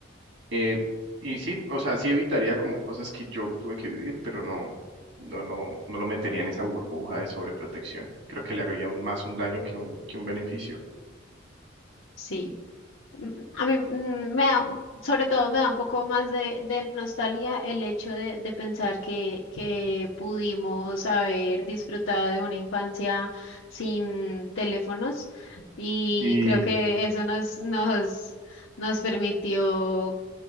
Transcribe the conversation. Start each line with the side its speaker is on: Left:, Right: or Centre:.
Right: Eh, y sí, o sea, sí evitaría como cosas que yo tuve que vivir, pero no, no lo, no lo metería en esa burbuja de sobreprotección. Creo que le haría un- más un daño que un, que un beneficio.
Left: Sí. Mm, A mí mm, me da, sobre todo me da un poco más de, de nostalgia el hecho de, de pensar que, que pudimos haber disfrutado de una infancia sin teléfonos y
Right: Sí,
Left: creo que eso nos, nos, nos permitió